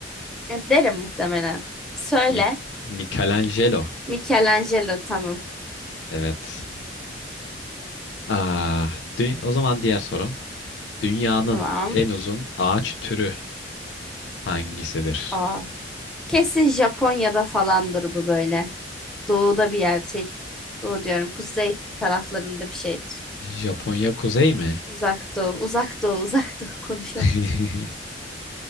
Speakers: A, in the centre; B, on the left.
A: Ya derim muhtemelen. Söyle.
B: Mik- Michelangelo.
A: Michelangelo tamam.
B: Evet. Ah, dü- o zaman diğer sorum. Dünyanın
A: Tamam.
B: en uzun ağaç türü hangisidir?
A: Aa, kesin Japonya'da falandır bu böyle. Doğuda bir yerde şey. Doğu diyorum. Kuzey taraflarında bir şeydir.
B: Japonya kuzey mi?
A: Uzak doğu. Uzak doğu. Uzak doğu. <laughs> Konuşamadım.
B: <laughs>